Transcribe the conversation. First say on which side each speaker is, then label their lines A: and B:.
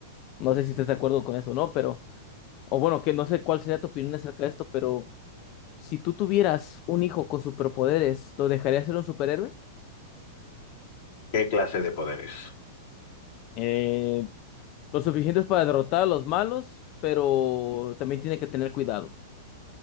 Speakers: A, on the left; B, on the left.
A: No sé si estás de acuerdo con eso o no, pero. O bueno, que no sé cuál sería tu opinión acerca de esto, pero si tú tuvieras un hijo con superpoderes, ¿lo dejarías ser un superhéroe?
B: ¿Qué clase de poderes?
A: Eh, lo suficientes para derrotar a los malos, pero también tiene que tener cuidado.